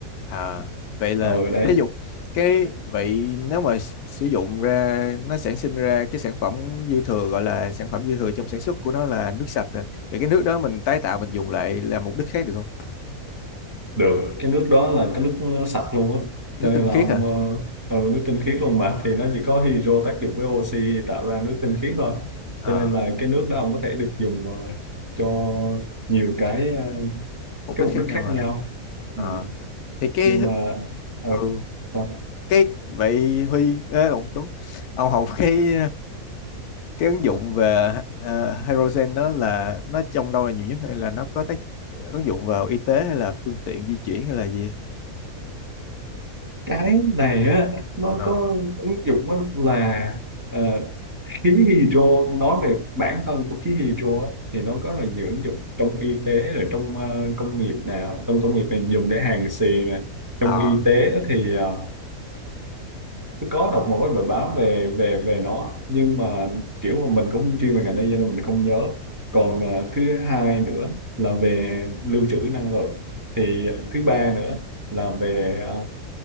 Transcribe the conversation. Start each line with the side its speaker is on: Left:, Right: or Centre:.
Left: à vậy là
Right: ừ đấy
Left: thí dụ cái vậy nếu mà s- sử dụng ra nó sản sinh ra cái sản phẩm dư thừa gọi là sản phẩm dư thừa trong sản xuất của nó là nước sạch à. Vậy cái nước đó mình tái tạo mình dùng lại làm mục đích khác được không?
Right: được cái nước đó là cái nước ờ, sạch luôn á
Left: nước
Right: cho nên
Left: tinh
Right: là
Left: khiết
Right: ông
Left: à
Right: ờ, ừ, nước tinh khiết luôn mà thì nó chỉ có hydro tác dụng với oxy tạo ra nước tinh khiết thôi
Left: Ờ,
Right: cho nên là cái nước đó ông có thể được dùng ờ, cho nhiều cái ờ,
Left: mục
Right: cái
Left: đích
Right: mục
Left: khác
Right: đích
Left: nhau
Right: khác
Left: à
Right: nhau ừ.
Left: Ờ, thì cái
Right: nhưng mà ừ,
Left: ừ
Right: sao
Left: cái vậy Huy ê, ông Tuấn ông học cái cái ứng dụng về ờ, hydrogen đó là nó trong đâu là nhiều nhất hay là nó có tác ứng dụng vào y tế hay là phương tiện di chuyển hay là gì
Right: cái này á nó
Left: ờ
Right: có ứng dụng á là ờ, khí hydro nói về bản thân của khí hydro á, thì nó có rất là nhiều ứng dụng trong y tế rồi trong ờ, công nghiệp nào trong công nghiệp mình dùng để hàn xì nè trong
Left: ờ
Right: y tế thì ờ, Tôi có đọc một cái bài báo về về về nó nhưng mà kiểu mà mình cũng không chuyên về ngành đây cho nên mình không nhớ còn à, thứ hai nữa là về lưu trữ năng lượng thì thứ ba nữa là về à,